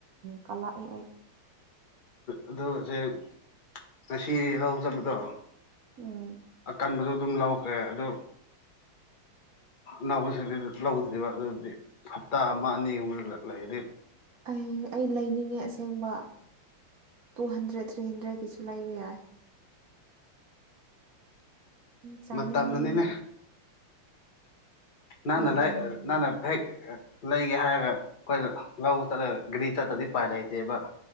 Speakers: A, on the right (about 60°); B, on the left (about 30°).
A: ꯀꯂꯛ‍ꯑꯦ
B: ꯑꯗꯨ ꯍꯧꯖꯤꯛ ꯉꯥꯁꯤ ꯂꯧ ꯆꯠꯄꯗꯣ
A: ꯎꯝ
B: ꯑꯥꯀꯟꯕꯗꯣ ꯑꯗꯨꯝ ꯂꯧꯈ꯭ꯔꯦ ꯑꯗꯨ ꯑꯅꯧꯕꯁꯤꯡꯗꯤ ꯂꯧꯗ꯭ꯔꯤꯕ ꯑꯗꯨꯕꯨꯗꯤ ꯍꯞꯇꯥ ꯑꯃ ꯑꯅꯤꯒꯨꯝ ꯂꯩꯒꯅꯤ
A: ꯑꯩ ꯑꯩ ꯂꯩꯅꯤꯡꯉꯦ ꯑꯁꯦꯡꯕ ꯇꯨ ꯍꯟꯗ꯭ꯔꯦꯠ ꯊ꯭ꯔꯤ ꯍꯟꯗ꯭ꯔꯦꯠꯀꯤꯁꯨ ꯂꯩꯕ ꯌꯥꯏ ꯆꯥꯟꯅꯤꯡꯉꯦ
B: ꯃꯇꯝꯅꯅꯤꯅꯦ <unintelligible>
A: ꯑꯦ
B: ꯍꯦꯛ ꯂꯩꯒꯦ ꯍꯥꯏꯔꯒ ꯑꯩꯈꯣꯏ ꯂꯧ ꯆꯠꯂꯥꯒ ꯒꯥꯔꯤ ꯆꯠꯇꯥꯗꯤ ꯎꯄꯥꯏ ꯂꯩꯇꯦꯕ